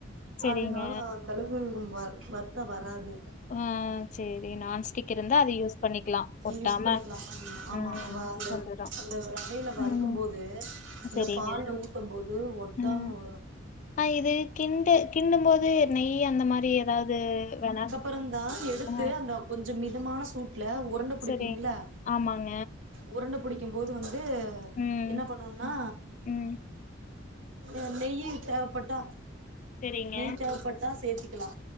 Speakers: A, on the left (about 40°); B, on the right (about 75°).
A: சரிங்க
B: அதனால தளவு வ வர்த்தா வராது
A: ஆ செரி நான்ஸ்டிக் இருந்தா அத யூஸ் பண்ணிக்கலா ஒட்டாம
B: யூஸ் பண்ணிக்லா ஆமா ஆமா
A: ம்
B: வ அந்த
A: வந்துரு
B: அந்த ரவையில வறுக்கும்
A: ம்
B: போது இந்த
A: சரிங்க
B: பால்ல ஊத்தும் போது ஒட்டாம
A: ம்
B: வரு
A: ஆ இது கிண்டு கிண்டும் போது நெய் அந்த மாரி ஏதாவ்து வேணா
B: அப்றம் தா எடுத்து
A: ஆ
B: அந்த கொஞ்சோ மிதமான சூட்ல உரண்ட பிடிப்பீங்ள
A: சரி ஆமாங்க
B: உருண்ட பிடிக்கும் போது வந்து
A: ம்
B: என்ன பண்ணுவோம்னா
A: ம்
B: அ நெய்யி தேவப்பட்டா
A: சரிங்க
B: நெய் தேவப்பட்டா சேத்திக்கலா